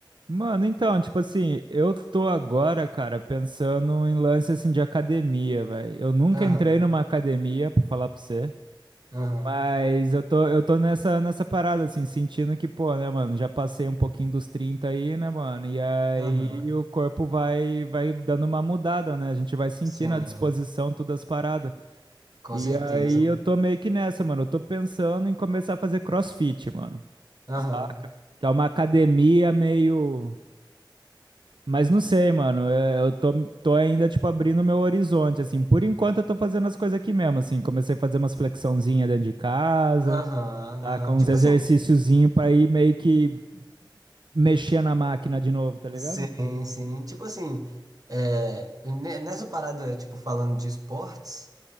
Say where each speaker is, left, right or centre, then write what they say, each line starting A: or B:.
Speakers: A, on the right; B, on the right.
A: Mano, então, tipo assim, eu tô agora, cara, pensando em lance assim de academia, velho. Eu nunca
B: Aham,
A: entrei numa academia, pra falar pra você,
B: aham,
A: mas eu tô, eu tô nessa, nessa parada, assim, sentindo que, pô, né, mano, já passei um pouquinho dos 30 aí, né, mano? E aí
B: aham,
A: o corpo vai, vai dando uma mudada, né? A gente vai sentindo
B: sim,
A: a disposição, todas as paradas.
B: com
A: E
B: certeza,
A: aí
B: mano.
A: eu tô meio que nessa, mano. Eu tô pensando em começar a fazer CrossFit, mano.
B: Aham,
A: Saca? Que é uma academia meio. Mas não sei, mano. é, Eu tô, tô ainda, tipo, abrindo meu horizonte, assim. Por enquanto, eu tô fazendo as coisas aqui mesmo, assim. Comecei a fazer umas flexãozinhas dentro de casa,
B: aham,
A: tá?
B: aham.
A: Com uns
B: Tipo
A: exercíciozinhos
B: assim,
A: pra ir meio que mexer na máquina de novo, tá ligado?
B: Sim, sim. Tipo assim, é, ne- nessa parada, tipo, falando de esportes,